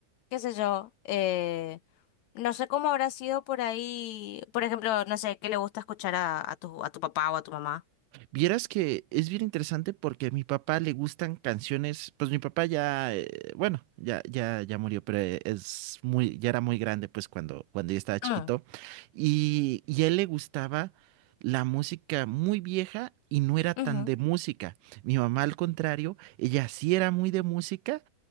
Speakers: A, on the left (about 75°); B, on the right (about 85°).
A: qué sé yo, eh, no sé cómo habrá sido por ahí, por ejemplo, no sé, qué le gusta escuchar a, a tu, a tu papá o a tu mamá.
B: Vieras que es bien interesante porque a mi papá le gustan canciones, pues mi papá ya, eh, bueno, ya, ya, ya murió, pero eh, es muy, ya era muy grande pues cuando, cuando yo estaba chiquito
A: Mm,
B: y, y a él le gustaba la música muy vieja y no era tan
A: ujú,
B: de música. Mi mamá al contrario, ella sí era muy de música,